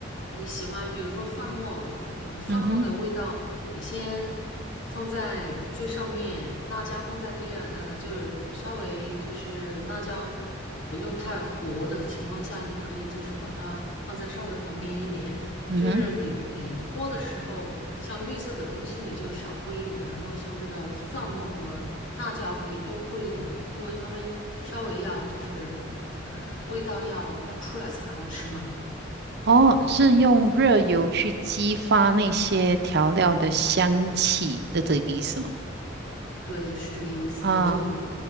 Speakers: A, on the left; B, on the right.
A: 你喜欢，比如说蒜末，呃，蒜末的味道，
B: 嗯哼
A: 你先放在最上面，辣椒放在第二，呃，就稍微就是辣椒不用太糊的情况下，你可以就是把它放在稍微旁边一点，
B: 嗯哼，
A: 就是你你泼的时候，像绿色的东西你就少泼一点，然后像这个蒜末和辣椒可以多泼一点，因为它们稍微要就是。呃，味道要要出来才好吃嘛。
B: 哦，是用热油去激发那些调料的香气的这个意思吗？
A: 对，是这个意思。
B: 啊
A: 就